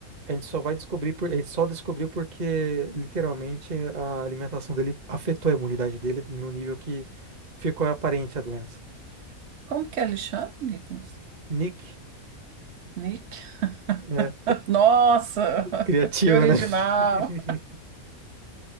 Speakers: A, on the right; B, on the right.
A: A gente só vai descobrir por, a gente só descobriu porque literalmente a alimentação dele afetou a imunidade dele no nível que ficou aparente a doença.
B: Como que ele chama, Nicolas?
A: Nick,
B: Nick?
A: né?
B: <laughs> Nossa,
A: Criativo,
B: <laughs> que original.
A: né? <laughs>